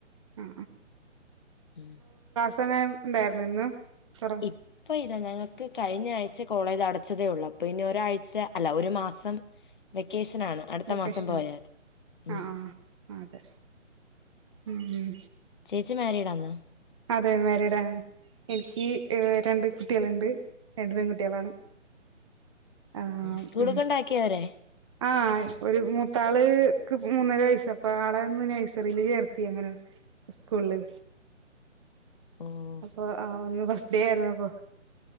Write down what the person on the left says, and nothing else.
മ്
ഇപ്പൊ ഇ ഇല്ല ഞങ്ങൾക്ക് കഴിഞ്ഞ ആഴ്ച കോളേജ് അടച്ചതേ ഉള്ളൂ, അപ്പോ ഇനി ഒരാഴ്ച അല്ല ഒരു മാസം വെ ക്കേഷനാണ് അടുത്ത
മാസം പോയാതി
മ്
ചേച്ചി മാരീഡാന്നോ?
സ്കൂള്
കൊണ്ടാക്കിയോ അവരെ?
ഓഹ്